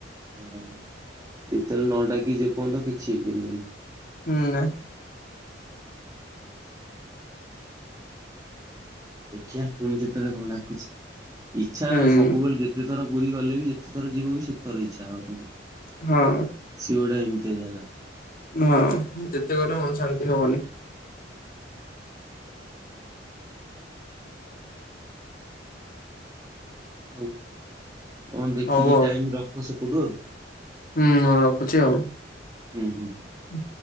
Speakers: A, on the right (about 20°); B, on the left (about 50°).
A: ହଁ, ଯେତେବେଳେ ନ ଡାକିଚି ଯେ ପର୍ଯ୍ୟନ୍ତ କିଛି ହେଇପାରିବନି?
B: ହୁଁ।
A: ଦେଖିବା ପୁଣି କେତେବେଳେ କଣ ଡାକୁଛି ଇଚ୍ଛା
B: ହୁଁ
A: ସବୁବେଳେ ଯେତେଥର ପୁରୀ ଗଲେ ବି ଯେତେଥର ଯିବୁ ବି ସେଟେଥର ଇଚ୍ଛା ହଉଥିବ।
B: ହଁ।
A: ଶିଏ ଗୋଟେ ଏମିତିଆ ଜାଗା।
B: ହଁ ଯେତେ ଗଲେ ମନ ଶାନ୍ତି ହବନି।
A: ଆଉ କଣ ଦେଖିକି
B: ହଉ
A: ଟାଇମ ରଖ ସେପଟୁ ଆଉ।
B: ହୁଁଁ ରଖୁଛି ଆଉ।
A: ହୁଁ ହୁଁ।
B: ହୁଁ।